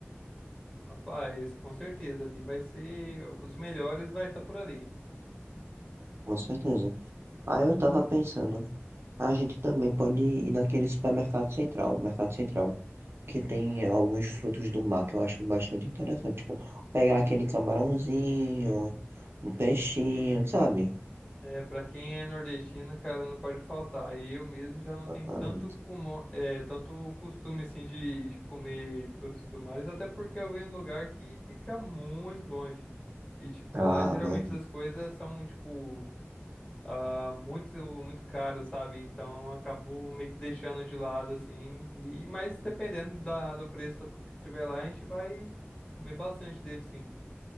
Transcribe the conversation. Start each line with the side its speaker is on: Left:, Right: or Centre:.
Left: Rapaz, com certeza ali vai ser os melhores vai estar por ali.
Right: Com certeza. Aí eu tava pensando, a gente também pode ir naquele supermercado central, Mercado Central. que tem alguns frutos do mar que eu acho bastante interessante. Tipo, pegar aquele camarãozinho, um peixinho, sabe?
Left: É, pra quem é nordestino, cara, não pode faltar. Aí eu mesmo já não
Right: Exatamente.
Left: tenho tanto, cumão, é, tanto costume, assim, de, de comer frutos do mar, até porque eu venho em um lugar que fica muito longe. E, tipo,
Right: Ah,
Left: lá geralmente
Right: verdade.
Left: essas coisas são, tipo, ah, muito, muito caras, sabe? Então eu acabo meio que deixando de lado, assim. E, mas dependendo da, do preço que tiver lá, a gente vai comer bastante dele, sim.